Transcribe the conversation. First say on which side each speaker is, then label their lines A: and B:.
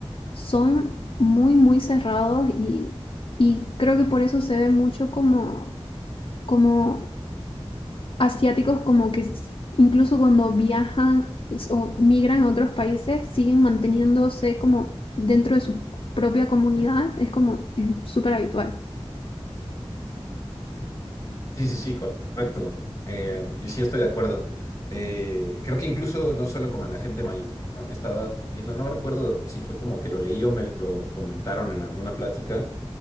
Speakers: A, on the left; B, on the left.
A: son muy, muy cerrados y, y creo que por eso se ve mucho como, como asiáticos como que incluso cuando viajan o migran a otros países siguen manteniéndose como dentro de su propia comunidad, es como es súper habitual.
B: Sí, sí, sí, correcto. Eh, y sí estoy de acuerdo. Eh, creo que incluso no solo como en la gente mayor, ¿no? estaba viendo, no recuerdo si fue como que lo leí o me lo comentaron en alguna plática,